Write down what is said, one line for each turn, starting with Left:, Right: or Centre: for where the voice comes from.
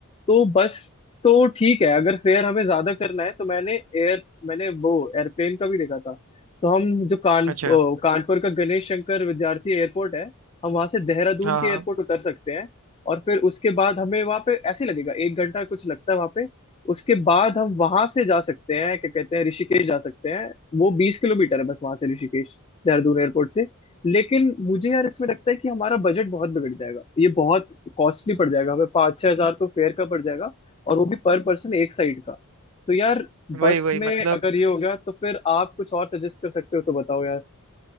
Left: तो बस तो ठीक है अगर फेयर हमें ज्यादा करना है तो मैंने एयर मैंने वो एयरप्लेन का भी देखा था तो हम जो कान
Right: अच्छा
Left: ओ, कानपुर का गणेश शंकर विद्यार्थी एयरपोर्ट है हम वहां से देहरादून
Right: हाँ
Left: के
Right: हाँ
Left: एयरपोर्ट उतर सकते हैं और फिर उसके बाद हमें वहां पे ऐसे ही लगेगा एक घंटा कुछ लगता है वहां पे उसके बाद हम वहां से जा सकते हैं क्या कहते हैं ऋषिकेश जा सकते हैं वो बीस किलोमीटर है बस वहां से ऋषिकेश देहरादून एयरपोर्ट से लेकिन मुझे यार इसमें लगता है कि हमारा बजट बहुत बिगड़ जाएगा ये बहुत कॉस्टली पड़ जाएगा हमें पाँच छह हजार तो फेयर का पड़ जाएगा और वो भी पर पर्सन एक साइड का तो यार
Right: वही
Left: बस
Right: वही
Left: में
Right: मतलब
Left: अगर ये हो गया तो फिर आप कुछ और सजेस्ट कर सकते हो तो बताओ यार